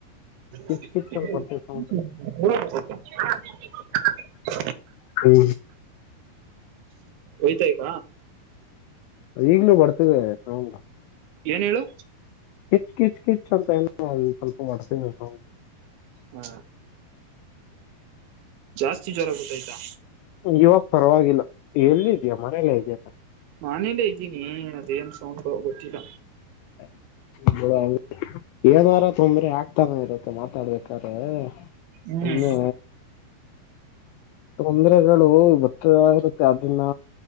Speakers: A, on the right; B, on the left.
A: <inaudible>
B: ಕಿಚ್ ಕಿಚ್ ಅಂತ ಬರ್ತ ಸೌಂಡ್ ಹ್ಮ
A: ಒಯ್ತಾ ಈಗ
B: ಈಗ್ಲೂ ಬರ್ತಿದೆ ಸೌಂಡ್
A: ಏನ್ ಹೇಳು
B: ಕಿಚ್ ಕಿಚ್ ಕಿಚ್ ಅಂತ ಏನು ಸ್ವಲ್ಪ ಬರ್ತಿದೆ ಸೌಂಡ್
A: ಹಾ ಜಾಸ್ತಿ ಜ್ವರ ಗತ್ತ ಆಯ್ತಾ
B: ಇವಾಗ ಪರವಾಗಿಲ್ಲ ಎಲ್ಲ ಇದ್ಯಾ ಮನೆಯಲ್ಲಾ ಇದೆಯ ತ
A: ನಾನೆಲ್ಲೇ ಇದ್ದೀ ಏ ಅದೇ ಅನ್ ಸೌಂಡ್ ಭಾವ ಗೊತ್ತಿಲ್ಲ
B: <unintelligible> ಏನಾರ ತೊಂದ್ರೆ ಆಗ್ತಾನ ಇರುತ್ತೆ ಮಾತಾಡ್ಬೇಕಾದ್ರೆ
A: ಹ್ಮ್
B: ಸುಮ ತೊಂದರೆಗಳು ಬತ್ತ ಇರುತ್ತೆ ಅದನ್ನ